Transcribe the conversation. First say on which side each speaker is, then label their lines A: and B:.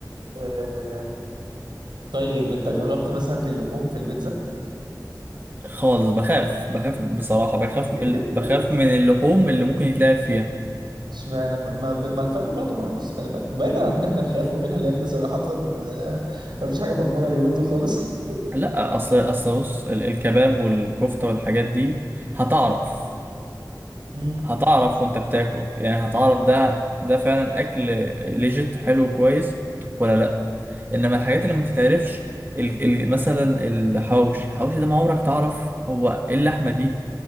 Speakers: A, on the right; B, on the right.
A: آه، طيب انت جربت مثلا في اللحوم في البيتزا
B: خالص بخاف بخاف بصراحة بخاف
A: <laughs>
B: من ال- بخاف من اللحوم اللي ممكن يتلعب فيها
A: اشمعنى ما ما, ما الفراخ برضه ما بص خلي بالك بعيدا عن ان احنا نخاف وكده لان صراحة آه، ما فيش حاجة مضمونة اليومين دول خالص
B: لا اصل اصل بص ال- الكباب والكفتة والحاجات دي هتعرف
A: <laughs> مم.
B: هتعرف وانت بتاكل يعني هتعرف ده ده فعلا اكل ليجيت حلو كويس ولا لا انما الحاجات اللي ما تتعرفش ال... ال... مثلا الحوش الحوش ده ما عمرك تعرف هو ايه اللحمه دي